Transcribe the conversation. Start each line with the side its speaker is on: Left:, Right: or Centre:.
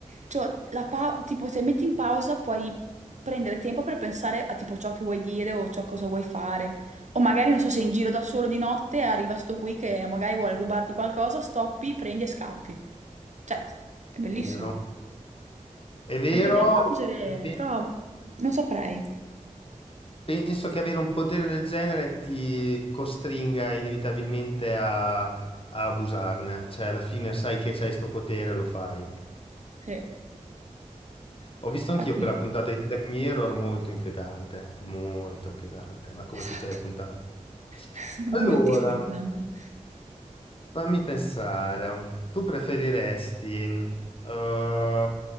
Right: cioè, la pa- tipo se metti in pausa puoi prendere tempo per pensare a tipo ciò che vuoi dire o ciò cosa vuoi fare. O magari, non so, sei in giro da solo di notte, e arriva sto qui che magari vuole rubarti qualcosa, stoppi, prendi e scappi. Cioè, è bellissimo.
Left: Vero. È vero,
Right: Perché riavvolgere,
Left: e pe-
Right: però non saprei.
Left: penso che avere un potere del genere ti costringa inevitabilmente a, a abusarne, cioè alla fine sai che c'hai sto potere, lo fai.
Right: Sì,
Left: Ho visto anch'io
Right: Infatti,
Left: quella puntata di Black Mirror molto inquietante, molto inquietante, ma come
Right: esatto,
Left: tutte le puntate.
Right: <laughs>
Left: Allora,
Right: moltissimo inquietante.
Left: fammi pensare, tu preferiresti eh, <laughs>